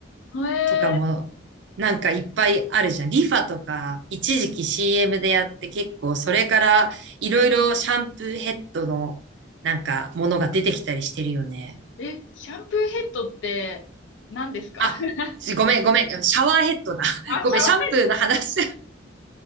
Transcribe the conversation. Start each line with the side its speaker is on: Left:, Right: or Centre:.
Left: はい。へえ
Right: とかも、なんかいっぱいあるじゃん。リファとか、一時期 CM でやって結構、それからいろいろシャンプーヘッドの、なんか、ものが出てきたりしてるよね。
Left: え、シャンプーヘッドって何ですか
Right: あ、
Left: <laughs>
Right: ごめん、ごめん、シャワーヘッドだ。<laughs>
Left: あ、シャン
Right: ごめん、シャンプーの話、<laughs> シャ、